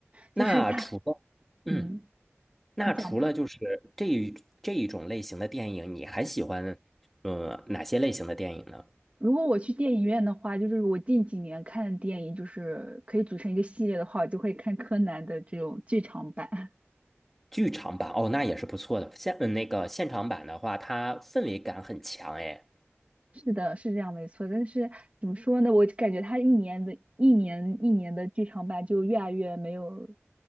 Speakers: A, in the centre; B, on the right.
A: 那除了嗯。
B: 就是它，嗯。
A: 那除了就是这一这一种类型的电影，
B: 你讲吧。
A: 你还喜欢呃哪些类型的电影呢？
B: 如果我去电影院的话，就是我近几年看的电影，就是可以组成一个系列的话，我就会看柯南的这种剧场版。
A: 剧场版哦，那也是不错的。现嗯那个现场版的话，它氛围感很强，哎，
B: <laughs> 是的，是这样没错。但是怎么说呢？我就感觉他一年的一年一年的剧场版就越来越没有